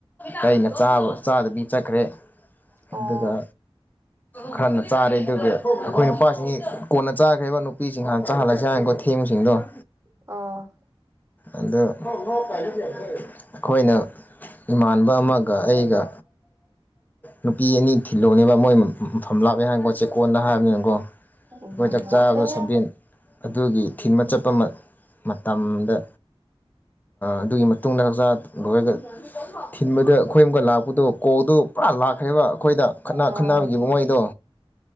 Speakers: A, on the left (about 15°); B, on the right (about 25°).
A: ꯀꯩꯅ ꯆꯥꯕ ꯆꯥꯗꯕꯤ ꯆꯠꯈ꯭ꯔꯦ
B: ꯑꯣ
A: ꯑꯗꯨꯒ ꯈꯔꯅ ꯆꯥꯔꯦ ꯑꯗꯨꯒ ꯑꯩꯈꯣꯏ ꯅꯨꯄꯥꯁꯤꯡꯁꯤ ꯀꯣꯟꯅ ꯆꯥꯈ꯭ꯔꯦꯕ ꯅꯨꯄꯤꯁꯤꯡ ꯆꯥꯍꯜꯂꯁꯦ ꯍꯥꯏꯅ ꯊꯦꯡꯕꯁꯤꯡꯗꯣ
B: ꯑꯣ
A: ꯑꯗ ꯑꯩꯈꯣꯏꯅ ꯏꯃꯥꯟꯕ ꯑꯃꯒ ꯑꯩꯒ ꯅꯨꯄꯤ ꯑꯅꯤ ꯊꯤꯜꯍꯧꯅꯦꯕ ꯃꯣꯏ ꯃꯐꯝ ꯂꯥꯞꯑꯦ ꯍꯥꯏꯅꯀꯣ ꯆꯦꯛꯀꯣꯟꯗ ꯍꯥꯏꯕꯅꯤꯅꯀꯣ ꯑꯩꯈꯣꯏ
B: ꯎꯝ
A: ꯆꯥꯛ ꯆꯥꯕꯗꯣ
B: ꯂꯞꯄꯦꯍꯦ
A: ꯁꯕꯦꯟ ꯑꯗꯨꯒꯤ ꯊꯤꯟ ꯆꯠꯄ ꯑꯃ ꯃꯇꯝꯗ ꯑꯗꯨꯒꯤ ꯃꯇꯨꯡꯗ ꯍꯛꯆꯥꯡ ꯂꯣꯏꯔꯒ ꯊꯤꯟꯕꯗ ꯑꯩꯈꯣꯏ ꯑꯃꯨꯀ ꯂꯥꯛꯄꯗꯣ ꯀꯣꯜꯗꯨ ꯄꯨꯔꯥ ꯂꯥꯛꯈ꯭ꯔꯦꯕ ꯑꯩꯈꯣꯏꯗ ꯈꯠꯅ
B: ꯑꯣ
A: ꯈꯠꯅꯕꯒꯤꯈꯤꯕ ꯃꯣꯏꯗꯣ